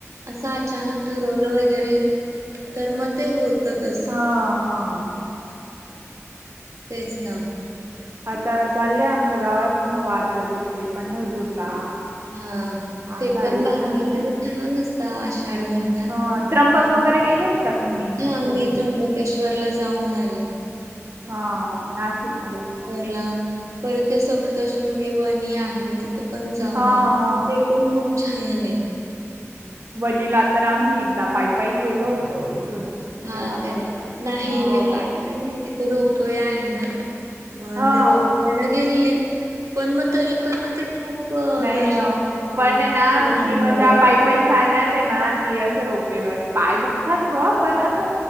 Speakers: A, on the right; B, on the right.
A: असं अचानक ठरवलं वगैरे तर मग ते होत असे
B: हा हा.
A: तेच ना
B: आता चाललंय आमच्या गावातन वारकरी ते पंढरपूरला
A: हा
B: आ
A: ते
B: शाडी
A: पण भारी
B: र नाश
A: म्हणजे छान असत आषाढ महिन्यात.
B: ह त्र्यंबक
A: मस्त.
B: वगैरे गेलेत ता तुम्ही
A: हा
B: कधी
A: मी त्र्यंबकेश्वरला जाऊन आले.
B: हा नाशिक मध्ये
A: ला पर ते सप्तशृंगी वनी आहे तिथ पण जाऊन
B: हा
A: आले. ते
B: हा
A: पण खूप छान आहे
B: वनीला तर आम्ही एकदा पायपायी गेलो होतो इथून
A: हा
B: घरापासून
A: काय नाही
B: हो.
A: मी पायपाय नाही तिथं रोपवे आहे ना मग
B: हा
A: ते रोप्यान गेली पण मग तरी पण मग ते खूप
B: नाही
A: दर्शनासाठी
B: अ पण आहे ना
A: लाईन
B: जी मजा
A: मध्ये थांबायला
B: पायी पायी
A: लागते
B: चालण्यात ना ती असं रोपे वगैरे पाय दुखतात व पण असं